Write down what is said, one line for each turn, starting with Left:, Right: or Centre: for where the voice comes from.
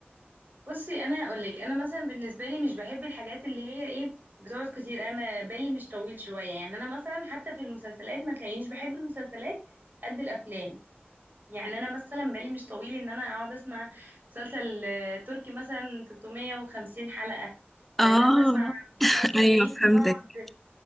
Right: بصي انا هقول لك انا مثلا بالنسبه لي مش بحب الحاجات اللي هي ايه بتقعد كتير انا بالي مش طويل شويه يعني انا مثلا حتى في المسلسلات ما تلاقينيش بحب المسلسلات قد الافلام يعني انا مثلا بالي مش طويل ان انا اقعد اسمع مسلسل آه، تركي مثلا 350 حلقة ولا
Centre: اه
Right: ان انا اسمع
Centre: <laughs>
Right: مسلسل
Centre: ايوه
Right: هندي
Centre: فهمتك
Right: يقعد